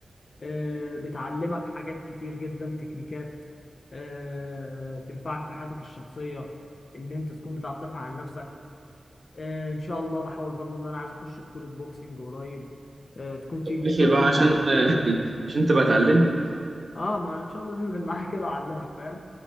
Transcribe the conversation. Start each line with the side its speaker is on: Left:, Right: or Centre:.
Left: آه، بتعلمك حاجات كتير جدا تكنيكات آه، تنفعك في حياتك الشخصيه ان انت تكون بتعرف تدافع عن نفسك آه، ان شاء الله بحاول برضو ان انا عايز اخش بطولة بوكسنج قريب آه، تكون في
Right: طب ماشي
Left: بطولة
Right: بقى
Left: جمهورية
Right: عشان <laughs> عشان تبقى تعلمني صح؟
Left: اه ما ان شاء الله تنزل معايا كده اعلمك فاهم